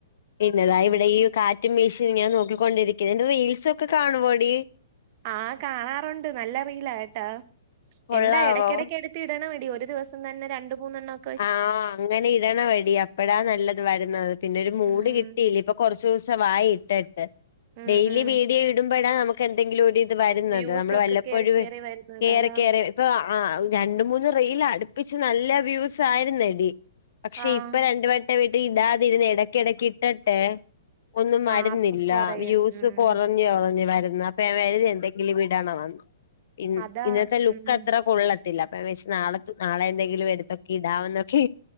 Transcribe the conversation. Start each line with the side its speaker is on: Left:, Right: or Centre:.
Left: പിന്നെതാ ഇവിടെ ഈ കാറ്റും വീശി ഇങ്ങനെ നോക്കിക്കൊണ്ടിരിക്കുന്നു എന്റെ റീൽസ് ഒക്കെ കാണുവോടി
Right: ആഹ് കാണാറൊണ്ട് നല്ല റീലാ കേട്ടോ
Left: കൊള്ളാവോ
Right: എന്താ എടക്കടക്ക് ഇടണേടി ഒരു ദിവസം തന്നെ രണ്ട് മൂന്നെണ്ണം ഒ
Left: ആഹ് അങ്ങനെ ഇടണവടി അപ്പഴ നല്ലത് വരുന്നത് പിന്നെ ഒരു മൂട്
Right: ഉം
Left: കിട്ടിയില്ല ഇപ്പൊ കൊറച്ച് ദിവസവായി ഇട്ടിട്ട്
Right: ഉം
Left: ഡെയിലി
Right: ഉം
Left: വീഡിയോ ഇടുമ്പോഴാ നമുക്ക് എന്തെങ്കിലും ഒരു വരുന്നത്
Right: വ്യൂസ്
Left: നമ്മൾ
Right: ഒക്കെ
Left: വല്ലപ്പോഴും
Right: കേറി കേറി വരുന്നത്
Left: കേറി
Right: അതാ
Left: കേറി ഇപ്പൊ ആഹ് രണ്ട് മൂന്ന് റീൽ അടുപ്പിച്ച് നല്ല വ്യൂസ് ആരുന്നടി പക്ഷെ
Right: ആഹ്
Left: ഇപ്പ രണ്ടു വെട്ടം ഇത് ഇടാതിരുന്ന് എടക്കെടക്ക് ഇട്ടട്ടെ ഒന്നും വരുന്നില്ല
Right: ആഹ് അപ്പൊ കൊറയും
Left: വ്യൂസ്
Right: ഉം
Left: കൊറ കൊറഞ് കൊറഞ് വരുന്ന് അപ്പൊ ഞാൻ വഴു എന്തെങ്കിലും ഇടണവെന്ന് ഇന്ന
Right: അതാ
Left: ഇന്നത്തെ ലുക്ക്
Right: ഉം
Left: അത്ര കൊള്ളത്തില്ല അപ്പ ഞവിചാച് നാളെ നാളെ എന്തെങ്കിലും എടുത്ത ഇടാവെന്നൊക്കെ